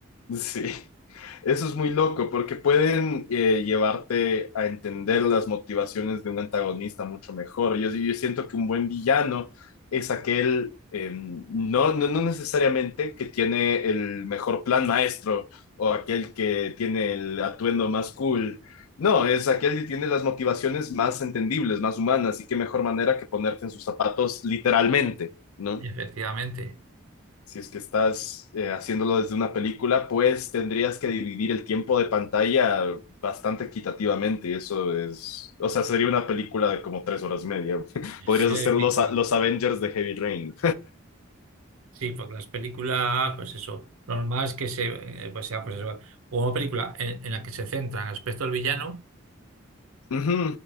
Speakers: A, on the left (about 85°); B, on the right (about 80°).
A: Sí. Eso es muy loco porque pueden eh, llevarte a entender las motivaciones de un antagonista mucho mejor. Yo, yo siento que un buen villano es aquel, eh, no, no, no necesariamente que tiene el mejor plan maestro o aquel que tiene el atuendo más cool. No, es aquel que tiene las motivaciones más entendibles, más humanas, y qué mejor manera que ponerte en sus zapatos literalmente, ¿no?
B: efectivamente.
A: si es que estás eh, haciéndolo desde una película, pues tendrías que dividir el tiempo de pantalla bastante equitativamente. Eso es, o sea, sería una película de como tres horas y media. <laughs> Podrías
B: Sí,
A: hacer
B: es
A: los,
B: difícil.
A: los Avengers de Heavy Rain.
B: Sí, porque las películas, pues eso, lo normal es que se, eh, pues sea, pues eso, o una película en, en la que se centra en el aspecto del villano
A: Ujú,